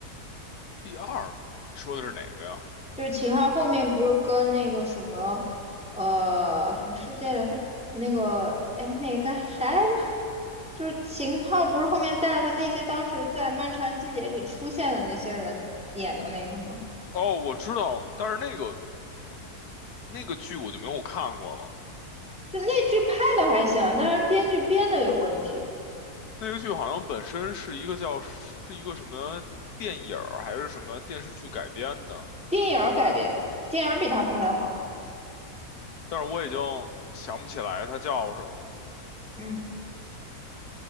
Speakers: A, on the left; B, in the centre.
A: 第二个说的是哪个呀？
B: 就是秦昊后面不是跟那个什么，呃，什么世界来着？那个，哎，那个啥来着？就是秦昊不是后面带着他那些当时在《漫长季节》里出现的那些人演的那个吗？
A: 哦，我知道，但是那个那个剧我就没有看过了。
B: 就那剧拍的还行，但是编剧编的有问题。
A: 那个剧好像本身是一个叫是一个什么电影儿还是什么电视剧改编的，
B: 电影儿改编的，电影儿比他拍的好。
A: 但是我已经想不起来它叫什么。
B: 嗯，